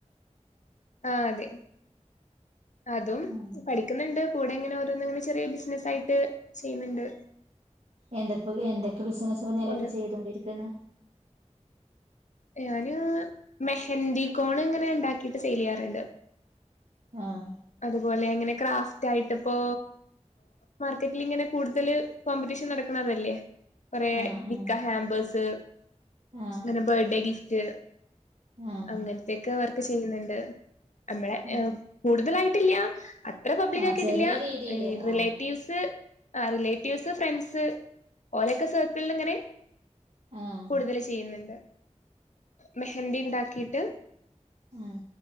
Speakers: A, on the left (about 75°); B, on the right (about 70°).
A: ആ അതെ അതും
B: ആഹ്
A: പഠിക്കുന്നുണ്ട് കൂടെങ്ങനെ ഓരോന്നങ്ങനെ ചെറിയ ബിസിനസ് ആയിട്ട് ചെയ്യുന്നുണ്ട്
B: എന്തൊപ്പോ എന്തൊക്കെ ബിസിനസ് ഇപ്പൊ നിലവിൽ
A: ഒരു
B: ചെയ്തോണ്ടിരിക്കുന്നു
A: ഞാന് മെഹന്തി കോൺ ഇങ്ങനെ ഉണ്ടാക്കിട്ട് സെയിൽ ചെയ്യാറുണ്ട്
B: ആഹ്
A: അതുപോലെ എങ്ങനെ ക്രാഫ് റ്റായിട്ടിപ്പോ മാർക്കറ്റിൽ ഇങ്ങനെ കൂടുതൽ കോമ്പറ്റീഷൻ നടക്കണതല്ലേ കുറെേ
B: ആഹ്
A: നിക്ക
B: ആഹ്
A: ഹാമ്പേഴ്സ്
B: ആഹ്
A: അങ്ങനെ ബർത്ത്ഡേ ഗിഫ്റ്റ്
B: ആഹ്
A: അങ്ങനത്തെൊക്കെ വർക്ക് ചെയ്യുന്നുണ്ട് നമ്മളെ
B: ആഹ്
A: കൂടുതലായിട്ടില്ല ഇത്ര പബ്ലിക്
B: ആഹ്
A: ആക്കിയിട്ടില്ല
B: ചെറിയ രീതിയില്
A: റിലേറ്റീവ്സ്
B: ആഹ്
A: ആ റിലേറ്റീവ്സ് ഫ്രണ്ട്സ് ഓരെയൊക്കെ സർക്കിളിൽ ഇങ്ങനെ
B: ആഹ്
A: കൂടുതൽ ചെയ്യുന്നുണ്ട് മെഹന്തി ണ്ടാക്കിയിട്ട്
B: ആഹ്